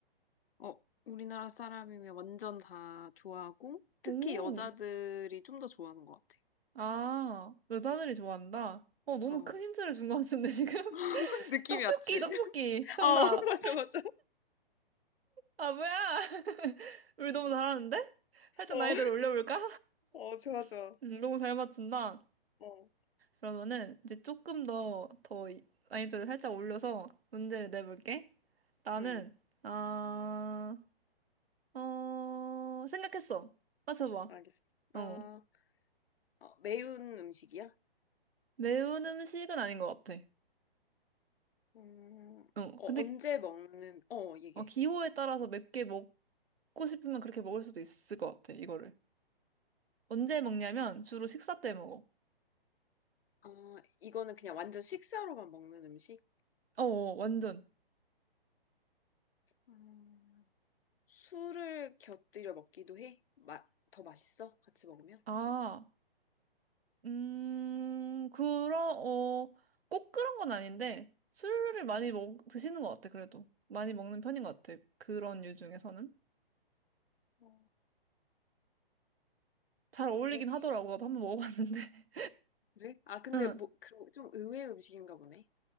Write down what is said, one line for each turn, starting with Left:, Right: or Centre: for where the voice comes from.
Left: 어, 우리나라 사람이면 완전 다 좋아하고, 특히
Right: 오,
Left: 여자들이 좀 더 좋아하는 것
Right: 아, 여자들이 좋아한다? 어, 너무
Left: 같아.
Right: 큰
Left: 어,
Right: 힌트를 준 것 같은데, 지금? <laughs>
Left: <laughs> 느낌이
Right: 떡볶이,
Left: 왔지?
Right: 떡볶이!
Left: <laughs>
Right: 정답!
Left: 어, <laughs> 맞아, 맞아.
Right: 아, 뭐야! <laughs> 우리 너무 잘하는데? 살짝
Left: 어,
Right: 난이도를 올려볼까?
Left: 어, 좋아, 좋아.
Right: <laughs> 음, 너무 잘 맞춘다.
Left: 어,
Right: 그러면은 이제 조금 더, 더 이- 난이도를 살짝 올려서 문제를 내볼게. 나는,
Left: 음,
Right: 아, 어, 생각했어. 맞춰봐.
Left: 알겠어.
Right: 어.
Left: 어, 어, 매운 음식이야?
Right: 매운 음식은 아닌 것 같아.
Left: 음,
Right: 어.
Left: 어,
Right: 근데,
Left: 언제 먹는, 어, 이게.
Right: 어, 기호에 따라서 몇 개 먹고 싶으면 그렇게 먹을 수도 있을 것 같아, 이거를. 언제 먹냐면, 주로 식사 때 먹어.
Left: 어, 이거는 그냥 완전 식사로만 먹는 음식?
Right: 어, 어, 완전.
Left: 음, 술을 곁들여 먹기도 해? 마, 더 맛있어? 같이 먹으면?
Right: 아, 음, 그런, 어, 꼭 그런 건 아닌데, 술을 많이 먹, 드시는 것 같아, 그래도. 많이 먹는 편인 것 같아. 그런 류 중에서는.
Left: 어,
Right: 잘 어울리긴
Left: 고기
Right: 하더라고. 나도 한번 먹어봤는데.
Left: 그래? 아, 근데
Right: <laughs>
Left: 뭐, 그럼 좀 의외의 음식인가 보네.